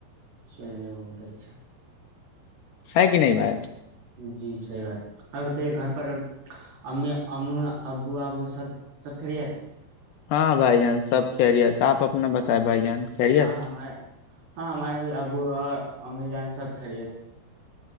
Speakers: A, on the right; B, on the left.
A: چلیے بہت اچھا
B: ہے کہ نہیں بایا
A: جی صحیح بات اور بتائیے گھر پر امی امی ابو ابو سب سب خیریت
B: ہاں بھائی جان سب کہہریی آپ اپنا بتائے بھائی جان خیریت
A: ہاں ہمارے ہاں ہمارے بھی ابو اور امی جان سب خڑت